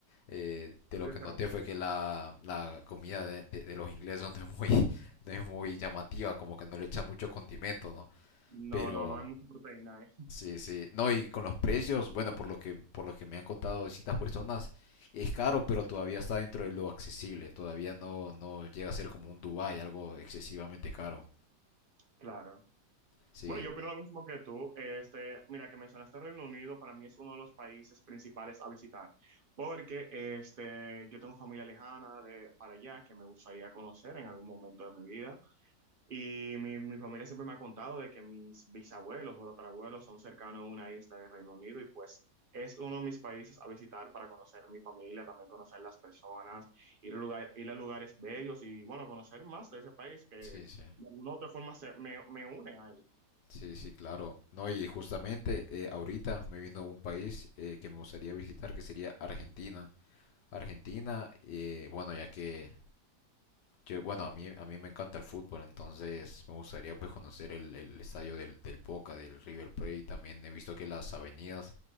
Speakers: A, on the left; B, on the right.
A: eh, de
B: muy
A: lo que
B: diferente.
A: noté fue que la, la comida de, de- de los ingleses no es muy, no es muy llamativa, como que no le echan mucho condimento, ¿no?
B: No,
A: Pero...
B: no, no hay mucha proteína ahí.
A: Sí, sí. No, y con los precios, bueno, por lo que, por lo que me han contado distintas personas, es caro, pero todavía está dentro de lo accesible. Todavía no, no llega a ser como un Dubai, algo excesivamente caro.
B: Claro.
A: Sí,
B: Bueno, yo opino lo mismo que tú. Este, mira, que mencionaste Reino Unido, para mí es uno de los países principales a visitar, porque este, yo tengo familia lejana de para allá que me gustaría conocer en algún momento de mi vida. Y mi, mi familia siempre me ha contado de que mis bisabuelos o tatarabuelos son cercanos a una isla de Reino Unido y pues es uno de mis países a visitar para conocer mi familia, también conocer las personas, ir a, lugar, ir a lugares bellos y bueno, conocer más de ese país que de
A: sí, sí.
B: alguna u otra forma se, me, me une a él.
A: Sí, sí, claro. No, y justamente eh, ahorita me vino un país eh, que me gustaría visitar, que sería Argentina. Argentina, eh, bueno, ya que Yo, bueno, a mí, a mí me encanta el fútbol, entonces me gustaría pues conocer el, el estadio del, del Boca, del River Plate. También he visto que las avenidas